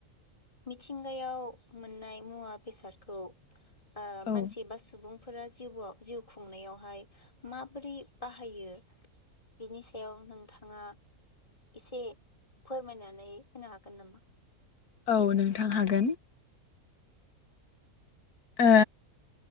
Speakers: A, on the left; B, on the left.
A: मिथिंगायाव मोननाय मुवा बेसादखौ ओ
B: औ
A: मानसि बा सुबुं फोरा जिवाव जिउ खुंनायावहाय माबोरै बाहायो बिनि सायाव नोंथाङा एसे फोरमायनानै होनो हागोन नामा?
B: औ नोंथां हागोन। ओ